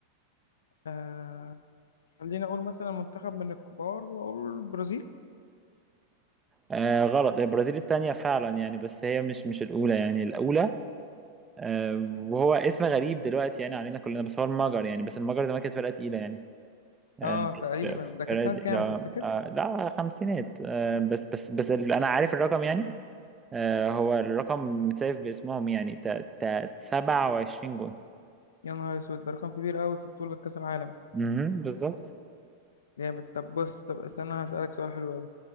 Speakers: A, on the left; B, on the right.
A: آه خليني اقول مثلا منتخب من الكبار واقول البرازيل
B: آه، غلط هي البرازيل التانية فعلا يعني بس هي مش مش الاولى يعني الاولى آه، وهو اسم غريب دلوقتي يعني علينا كلنا بس هو المجر يعني بس المجر زمان كانت فرقة تقيلة يعني آه،
A: اه تقريبا
B: كانت في
A: ده كانت
B: فرقة
A: سنة كام
B: لا
A: تفتكر
B: آه، لا خمسينات آه، بس بس بس ال- أنا عارف الرقم يعني آه، هو الرقم متسايف باسمهم يعني تا- تا- 27 جون
A: يا نهار اسود ده رقم كبير قوي في بطولة كأس العالم
B: امم بالظبط
A: جامد طب بص طب استنى هسألك سؤال حلو قوي